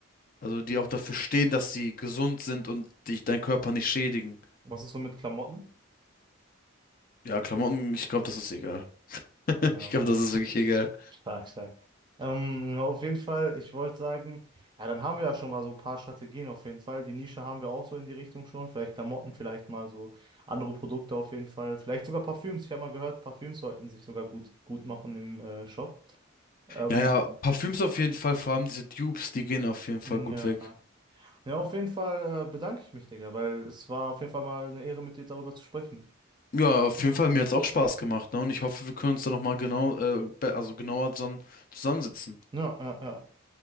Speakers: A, on the left; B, on the right.
A: also die auch dafür stehen, dass sie gesund sind und dich deinen Körper nicht schädigen.
B: Was ist so mit Klamotten?
A: Ja, Klamotten, ich glaube, das ist egal.
B: Ja,
A: <laughs> Ich glaube,
B: okay.
A: das ist wirklich egal.
B: Stark, stark. Ähm, auf jeden Fall, ich wollte sagen, ja, dann haben wir ja schon mal so ein paar Strategien auf jeden Fall. Die Nische haben wir auch so in die Richtung schon. Vielleicht Klamotten, vielleicht mal so andere Produkte auf jeden Fall. Vielleicht sogar Parfüms. Ich habe mal gehört, Parfüms sollten sich sogar gut, gut machen im äh, Shop. Ähm,
A: Ja, ja, Parfüms auf jeden Fall, vor allem diese Dupes, die gehen auf jeden
B: ja.
A: Fall gut weg.
B: Ja, auf jeden Fall äh, bedanke ich mich, Digga, weil es war auf jeden Fall mal eine Ehre, mit dir darüber zu sprechen.
A: Ja, auf jeden Fall, mir hat's auch Spaß gemacht, ne? Und ich hoffe, wir können uns da nochmal genau, äh, be- also genauer dann zusammensitzen.
B: Ja, ja, ja.